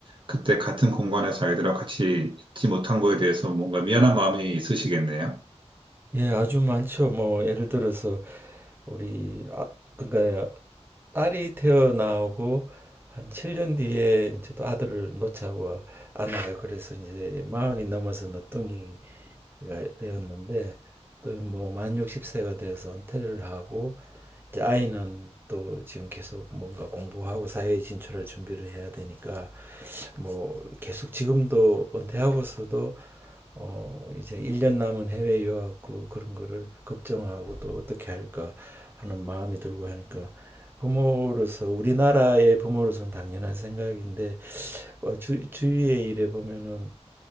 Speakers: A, on the right (about 45°); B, on the right (about 20°).
A: 그때 같은 공간에서 아이들하고 같이 있지 못한 거에 대해서 뭔가 미안한 마음이 있으시겠네요.
B: 예, 아주 많죠. 뭐 예를 들어서 우리 아 그러니까 딸이 태어나고 한 7년 뒤에 저도 아들을 놓자고 아내가 그래서 이제 마흔이 넘어서 늦둥이가 되었는데 또 뭐 만 60세가 되어서 은퇴를 하고 이제 아이는 또 지금 계속 뭔가 공부하고 사회에 진출할 준비를 해야 되니까 뭐 계속 지금도 은퇴하고서도 어 이제 1년 남은 해외 유학 구 그런 거를 걱정하고 또 어떻게 할까 하는 마음이 들고 하니까 부모로서 우리나라의 부모로서는 당연한 생각인데 어, 주, 주위의 일에 보면은